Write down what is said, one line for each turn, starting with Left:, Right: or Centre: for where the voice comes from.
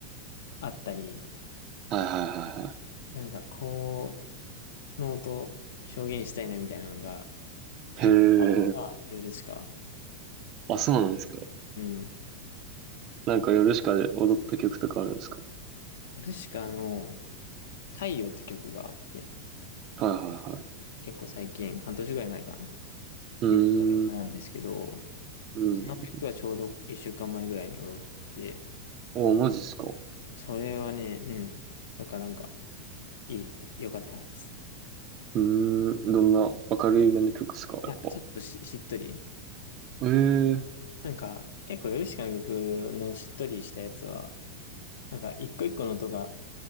Left: あったり、
Right: はいはいはいは
Left: なんかこの音表現したいなみたいなのが
Right: い。
Left: 結構あるのがヨルシカ。
Right: へえ。あ、そうなんですか。
Left: うん。
Right: なんか夜しかで踊った曲とかあるんですか
Left: ヨルシカの太陽って曲があって、
Right: はいはいはい。
Left: 結構最近、半年ぐらい前かな、
Right: うーん、
Left: に出た曲なんですけど、
Right: うん。
Left: その曲はちょうど一週間前ぐらいに踊って、
Right: あマジっすか。う
Left: それはね、うん。だからなんかいいですよ。よかったです。
Right: ーん、どんな明るいめの曲っすか、やっぱ。
Left: いや、ちょっとし、しっとり。
Right: ええー
Left: なんか結構ヨルシカの曲のしっとりしたやつは、なんか、一個一個の音が、